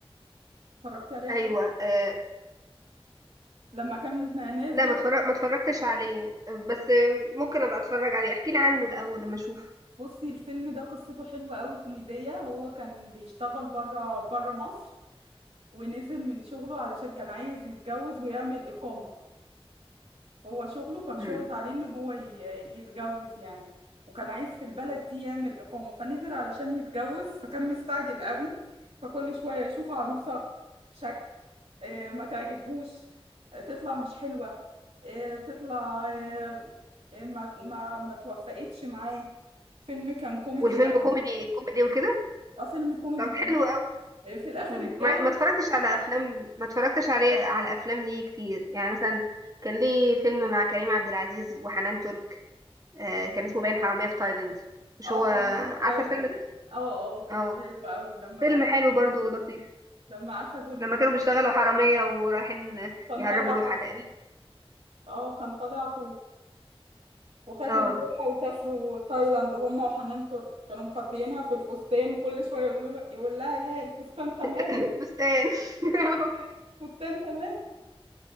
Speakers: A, on the right; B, on the right.
A: اتفرجتي عليه قبل
B: ايوه
A: كده
B: آه،
A: لما كان نازل
B: لا ما اتفرج ما اتفرجتش عليه بس ممكن ابقى اتفرج عليه احكي لي عنه الاول لما اشوف
A: بصي الفيلم ده قصته حلوة قوي كوميدية هو كان بيشتغل بره بره مصر ونزل من شغله علشان كان عايز يتجوز ويعمل إقامة هو شغله كان شرط
B: امم
A: عليه إن هو ي- يتجوز يعني وكان عايز في البلد دي يعمل إقامة فنزل علشان يتجوز فكان مستعجل قوي فكل شوية يشوف عروسة شكل آه، ما تعجبهوش آه، تطلع مش حلوة آه، تطلع آه، آه، ما ما ما توفقتش معاه فيلم كان كوميدي
B: والفيلم كوميدي كوميدي وكده
A: اه فيلم كوميدي
B: طب
A: جدا
B: حلو قوي
A: آه، في الاخر
B: ما
A: اتجوز
B: ما اتفرجتش على افلام ما اتفرجتش عليه على افلام ليه كتير يعني مثلا كان ليه فيلم مع كريم عبد العزيز وحنان ترك آه كان اسمه باين حرامية في تايلاند مش
A: اه
B: هو
A: حرامية في
B: عارفة
A: تايلاند
B: الفيلم ده
A: اه اه كان
B: اه
A: حلو قوي لما
B: فيلم حلو برضو ولطيف
A: لما اخدوا الطلبة
B: لما كانوا بيشتغلوا حرامية ورايحين
A: كان
B: يهربوا
A: طالع
B: لوحة
A: اخوه
B: تقريبا
A: اه كان طالع اخوه وخدوا
B: اه
A: اللوحة وسافروا تايلاند هما وحنان ترك كانوا مخبيينها في الفستان وكل شوية يقول له يقول لها ها الفستان تمام
B: <laughs> فستان <laughs>
A: الفستان الفستان تمام